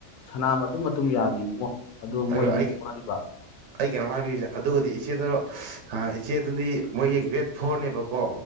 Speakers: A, on the left; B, on the right.
A: ꯁꯅꯥ ꯃꯇꯨꯝ ꯃꯇꯨꯝ ꯌꯥꯜꯂꯤꯕꯨꯡꯉꯣ ꯑꯗꯣ
B: ꯑꯗꯨꯒ
A: ꯃꯣꯏ ꯑꯃ
B: ꯑꯩ
A: ꯋꯥꯔꯤꯕ
B: ꯑꯩ ꯀꯩꯅꯣ ꯍꯥꯏꯕꯒꯤꯁꯦ ꯑꯗꯨꯒꯗꯤ ꯏꯆꯦꯗꯨꯅꯣ ꯏꯆꯦꯗꯨꯗꯤ ꯃꯣꯏꯒꯤ ꯒ꯭ꯔꯦꯠ ꯐꯣꯔꯅꯦꯕꯀꯣ